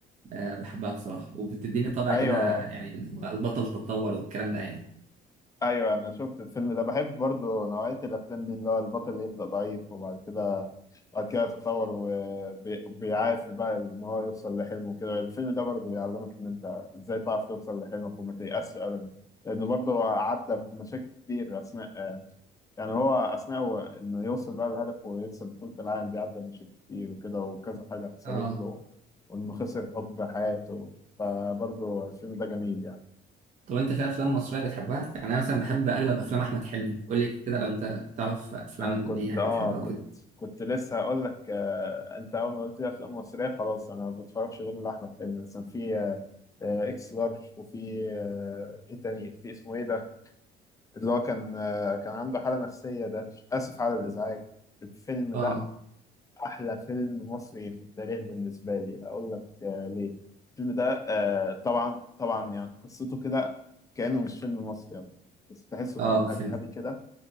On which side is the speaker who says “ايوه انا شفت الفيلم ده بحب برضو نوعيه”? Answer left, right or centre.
Left